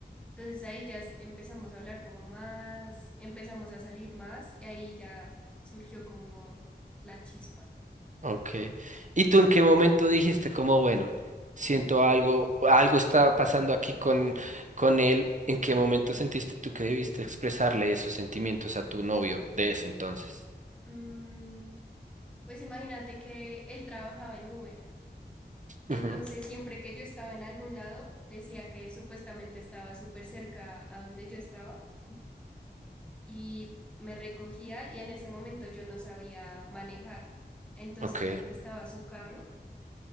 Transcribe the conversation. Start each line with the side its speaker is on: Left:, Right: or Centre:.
Centre: Entonces ahí ya s- empezamos a hablar como más, empezamos a salir más y ahí ya surgió como la chispa.
Right: ok. ¿Y tú en qué momento dijiste como, bueno, siento algo, algo está pasando aquí con, con él? ¿En qué momento sentiste tú que debiste expresarle esos sentimientos a tu novio de ese entonces?
Centre: Mm, pues imagínate que él trabajaba en Uber. Entonces
Right: Ujú,
Centre: siempre que yo estaba en algún lado, decía que supuestamente estaba súper cerca a donde yo estaba. y me recogía y en ese momento yo no sabía manejar. Entonces
Right: Ok,
Centre: me prestaba su carro